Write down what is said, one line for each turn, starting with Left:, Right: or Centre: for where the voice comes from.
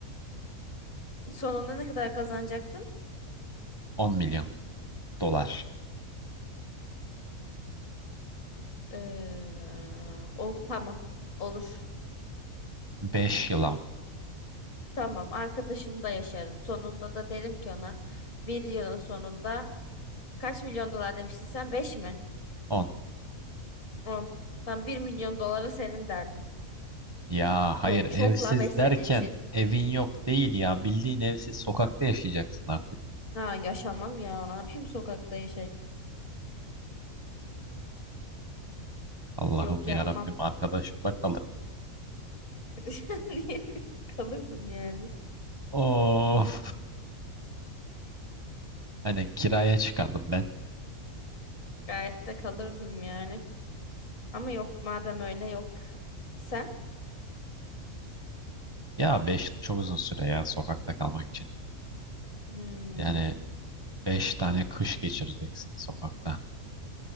Left: Sonunda ne kadar kazanacaktım?
Right: On milyon dolar.
Left: Ee, o tamam. Olur.
Right: Beş yıl ama.
Left: Tamam. Arkadaşımda yaşarım. Sonunda da derim ki ona bir yılın sonunda kaç milyon dolar demiştin sen? 5 mi?
Right: on.
Left: 10. Tam bir milyon doları senin derdim.
Right: Ya hayır
Left: Yok çok
Right: evsiz
Left: la 5 sene
Right: derken
Left: için.
Right: evin yok değil ya. Bildiğin evsiz sokakta yaşayacaksın artık.
Left: Ha yaşamam ya. Ne yapayım sokakta yaşayıp.
Right: Allah'ım
Left: Yok
Right: ya
Left: yapmam.
Right: Rabbim arkadaşım da kalır.
Left: <laughs> Niye kalırdım yani?
Right: Of. Hani kiraya çıkardım ben.
Left: Gayet de kalırdım yani. Ama yok madem öyle yok. Sen?
Right: Ya beş yıl çok uzun süre ya sokakta kalmak için.
Left: Hmm,
Right: Yani 5 tane kış geçireceksin sokakta.